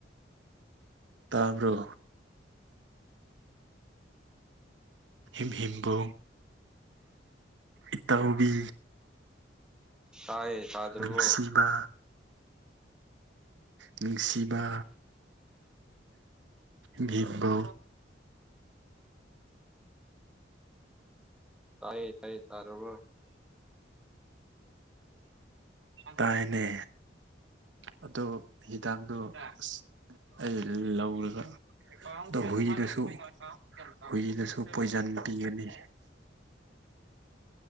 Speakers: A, on the right (about 85°); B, in the centre.
A: ꯇꯥꯕ꯭ꯔꯣ ꯍꯤꯝꯍꯤꯕꯣꯡ ꯏꯇꯥꯎꯕꯤ
B: ꯇꯥꯏꯌꯦ ꯇꯥꯗ꯭ꯔꯕꯣ
A: ꯅꯨꯡꯁꯤꯕ ꯅꯨꯡꯁꯤꯕ ꯚꯤꯚꯣ
B: ꯇꯥꯏꯌꯦ ꯇꯥꯏ ꯇꯥꯔꯕ
A: ꯇꯥꯏꯅꯦ ꯑꯗꯣ ꯍꯤꯗꯥꯛꯗꯣ ꯑꯁ ꯑꯩ ꯂꯧꯔꯒ ꯗꯣ ꯍꯨꯏꯗꯁꯨ ꯍꯨꯏꯗꯁꯨ ꯄꯣꯏꯖꯟ ꯄꯤꯒꯅꯤ